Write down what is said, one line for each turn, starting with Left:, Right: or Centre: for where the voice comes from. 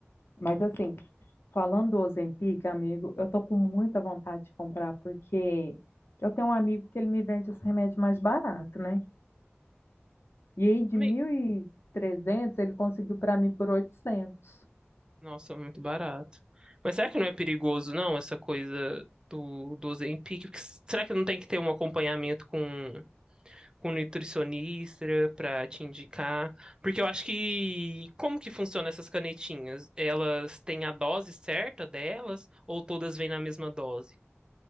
Left: Mas assim, falando do Ozempic, amigo, eu tô com muita vontade de comprar porque eu tenho um amigo que ele me vende esse remédio mais barato, né? E aí de
Right: Amei.
Left: mil e trezentos ele conseguiu para mim por oitocentos
Right: Nossa, muito barato. Mas será que não é perigoso, não, essa coisa do, do Ozempic? Porque Será que não tem que ter um acompanhamento com com nutricionista para te indicar, porque eu acho que como que funciona essas canetinhas? Elas têm a dose certa delas ou todas vêm na mesma dose?